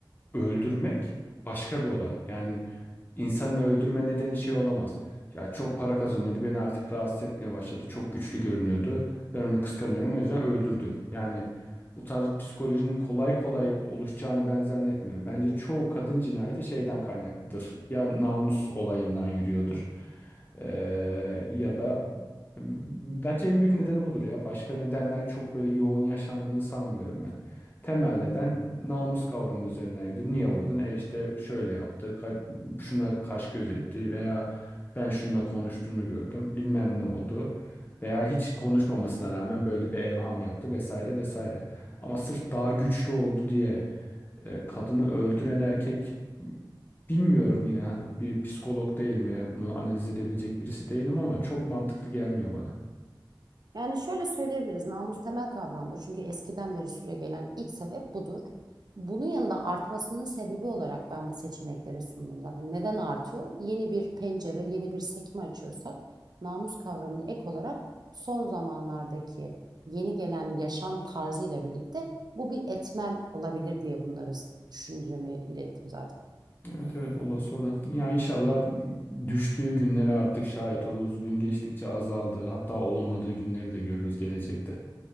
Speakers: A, on the left (about 25°); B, on the right (about 60°).
A: öldürmek başka bir olay. Yani İnsanın öldürme nedeni şey olamaz. Ya çok para kazanıyordu, beni artık rahatsız etmeye başladı. Çok güçlü görünüyordu. Ben onu kıskanıyorum, o yüzden öldürdüm. Yani bu tarz psikolojinin kolay kolay oluşacağını ben zannetmiyorum. Bence çoğu kadın cinayeti şeyden kaynaklıdır. Ya namus olayından yürüyordur. Ee, ya da bence en büyük nedeni budur ya. Başka nedenler çok böyle yoğun yaşandığını sanmıyorum ben. Temel neden namus kavramı üzerineydi. Niye vurdun? E işte şöyle yaptı şuna kaş göz etti veya ben şununla konuştuğunu gördüm bilmem ne oldu veya hiç konuşmamasına rağmen böyle bir evham yaptı vesaire vesaire. Ama sırf daha güçlü oldu diye e, kadını öldüren erkek Bilmiyorum yine hani bir psikolog değilim ya bunu analiz edebilecek birisi değilim ama çok mantıklı gelmiyor bana.
B: Yani şöyle söyleyebiliriz, namus temel kavramdır. Çünkü eskiden beri süregelen ilk sebep budur. Bunun yanında artmasının sebebi olarak ben bu seçenekleri sundum zaten. Neden artıyor? Yeni bir pencere, yeni bir sekme açıyorsak namus kavramını ek olarak son zamanlardaki yeni gelen yaşam tarzı ile birlikte bu bir etmen olabilir diye bunları düşüncemi ilettim zaten.
A: Evet evet olası o da. Ya inşallah düştüğü günlere artık şahit oluruz. Gün geçtikçe azaldığı hatta olmadığı günleri de görürüz gelecekte.